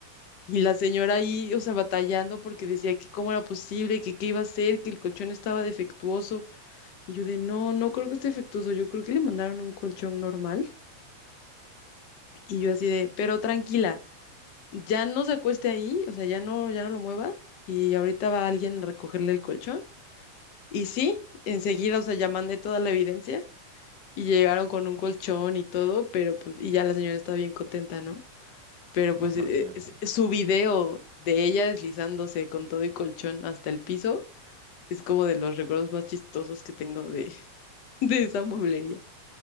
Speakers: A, on the left (about 45°); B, on the right (about 40°).
A: Y la señora ahí, o sea, batallando porque decía que cómo era posible, que qué iba a hacer, que el colchón estaba defectuoso. Y yo de, no, no creo que esté defectuoso, yo creo que le mandaron un colchón normal. Y yo así de, pero tranquila. ya no se acueste ahí, o sea, ya no, ya no lo mueva y ahorita va alguien a recogerle el colchón. Y sí, enseguida, o sea, ya mandé toda la evidencia y llegaron con un colchón y todo, pero pues, y ya la señora está bien contenta, ¿no? Pero pues
B: Ah, más
A: eh,
B: bien.
A: es- su video de ella deslizándose con todo y colchón hasta el piso es como de los recuerdos más chistosos que tengo de, <laughs> de esa mueblería.